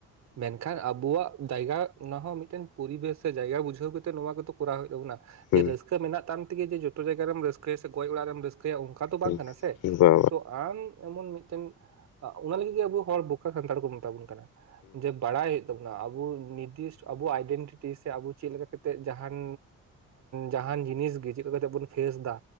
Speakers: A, on the right; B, on the left.
A: ᱢᱮᱱᱠᱷᱟᱱ ᱟᱵᱚᱣᱟᱜ ᱡᱟᱭᱜᱟ ᱚᱱᱟ ᱦᱚᱸ ᱢᱤᱫᱴᱮᱱ ᱯᱚᱨᱤᱵᱮᱥ ᱥᱮ ᱡᱟᱭᱜᱟ ᱵᱩᱡᱷᱟᱹᱣ ᱠᱟᱛᱮ ᱱᱚᱣᱟ ᱠᱚᱫᱚ ᱠᱚᱨᱟᱣ ᱦᱩᱭᱩᱜ ᱛᱟᱵᱚᱱᱟ
B: ᱦᱩᱸ
A: ᱡᱮ ᱨᱟᱹᱥᱠᱟᱹ ᱢᱮᱱᱟᱜ ᱛᱟᱢ ᱛᱮᱜᱮ ᱡᱮ ᱡᱚᱛᱚ ᱡᱟᱭᱜᱟ ᱨᱮ ᱨᱟᱹᱥᱠᱟᱹ ᱥᱮ ᱜᱚᱡ ᱚᱲᱟᱜ ᱨᱮ ᱨᱟᱹᱥᱠᱟᱹ ᱤᱠᱟᱹᱭᱟ ᱚᱱᱠᱟ ᱫᱚ
B: ᱦᱩᱸ
A: ᱵᱟᱝ ᱠᱟᱱᱟ ᱥᱮ
B: ᱦᱩᱸ ᱵᱟ
A: ᱛᱚ ᱟᱢ ᱮᱢᱚᱱ ᱢᱤᱫ ᱮᱱ ᱚᱱᱟ ᱞᱟᱹᱜᱤᱫ ᱜᱮ ᱟᱵᱚ ᱦᱚᱲ ᱵᱚᱠᱟ ᱥᱟᱱᱛᱟᱲ ᱠᱚ ᱢᱮᱛᱟ ᱵᱚᱱ ᱠᱟᱱᱟ ᱡᱮ ᱵᱟᱲᱟᱭ ᱦᱩᱭᱩᱜ ᱛᱟᱵᱚᱱᱟ ᱟᱵ ᱱᱤᱨᱫᱤᱥᱴ ᱟᱵᱚ ᱟᱭᱰᱮᱱᱴᱤᱴᱤ ᱥᱮ ᱟᱵᱚ ᱪᱮᱫ ᱞᱮᱠᱟ ᱠᱟᱛᱮᱜ ᱡᱟᱦᱟᱱ ᱡᱟᱦᱟᱱ ᱡᱤᱱᱤᱥ ᱪᱮᱫᱠᱟ ᱠᱟᱛᱮᱜ ᱵᱚᱱ ᱯᱷᱮᱥ ᱮᱫᱟ